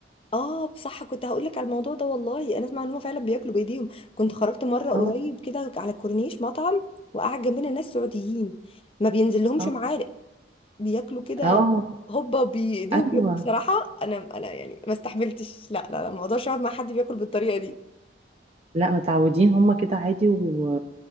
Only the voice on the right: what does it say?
اه
اه
آه،
ايوه
لا متعودين هما كده عادي و...